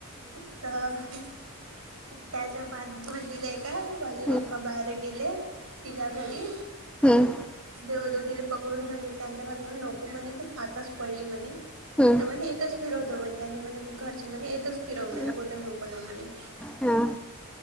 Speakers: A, on the right; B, in the centre.
A: तर त्याच्या बांधुन. <unintelligible> काय नाय माझे
B: हम्म
A: पप्पा बाहेर गेले तिच्या घरी.
B: हम्म
A: जवळजवळ तिले पकडून घे करण का त्यांच्या घर नको म्हणे ते आतच पडली म्हणे.
B: हम्म
A: <unintelligible> च फिरवतो म्हण त्या म्ह घरचं म्हणे येतच फिराव म्हणे
B: हम्म
A: कुठं पणव म्हणे.
B: हा